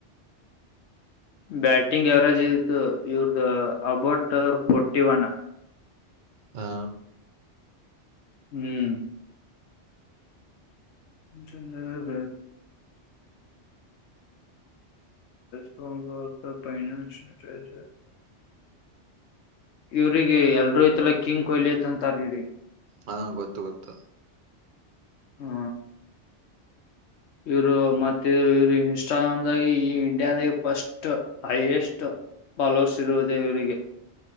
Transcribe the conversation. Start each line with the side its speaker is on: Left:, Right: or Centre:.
Left: ಬ್ಯಾಟಿಂಗ್ ಅವರೇಜ್ ಇದು ಇವ್ರ್ದ ಅಬೌಟ್ ಅವ್ರಿದ ಫೋರ್ಟಿ ಒನ್.
Right: ಹಾ
Left: ಹ್ಮ್. <inaudible> ಸ್ವಲ್ಪ ಫೈನಾನ್ಸಿಯಲ್ ಅಟ್ಯಾಚ ಇವ್ರಿಗೆ ಎಲ್ರೂ ಐತಲ್ಲ ಕಿಂಗ್ ಕೊಹ್ಲಿ ಅಂತ ಅಂತಾರ ಇವ್ರಿಗೆ.
Right: ಹಾ ಗೊತ್ತು ಗೊತ್ತು.
Left: ಹಾ. ಇವರು ಮತ್ತೆ ಇವರು ಇವ್ರು ಇನ್ಸ್ಟಾಗ್ರಾಮ್ದಾಗ ಈ ಇಂಡಿಯಾದಾಗ ಫಸ್ಟ್ ಹೈಯೆಸ್ಟ್ ಫಾಲೋವರ್ಸ್ ಇರುವುದೇ ಇವ್ರಿಗೆ.